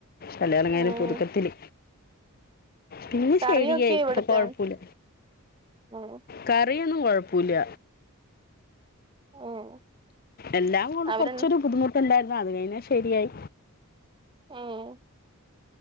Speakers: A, on the left (about 40°); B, on the right (about 20°).
A: കല്യാണം കഴിഞ്ഞ
B: ഉം
A: പുതുക്കത്തില് പിന്നെ
B: കറിയൊക്കെ
A: ശരിയായി
B: ഇവിടത്തെ
A: ഇപ്പൊ കൊഴപ്പില്ല
B: ഉം
A: കറിയൊന്നും കൊഴപ്പൂല്ല
B: ഉം
A: എല്ലാം കൊണ്ട്
B: അവര്
A: കുറച്ചൊരു ബുദ്ധിമുട്ട് ണ്ടായിരുന്നു അത് കഴിഞ്ഞ ശരിയായി
B: ആഹ്